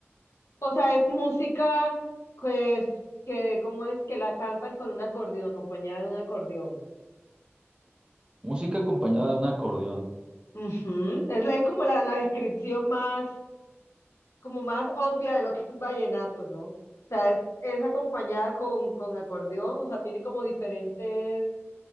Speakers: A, on the left (about 75°); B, on the right (about 20°).
A: O sea, es música pues, que, ¿cómo es? Que la cantan con un acordeón, acompañada de un acordeón.
B: Música acompañada de un acordeón.
A: Ujú. Es, la- es como la, la descripción más, como más obvia de lo que es vallenato, ¿no? O sea, es, es acompañada con, con acordeón, o sea, tiene como diferentes,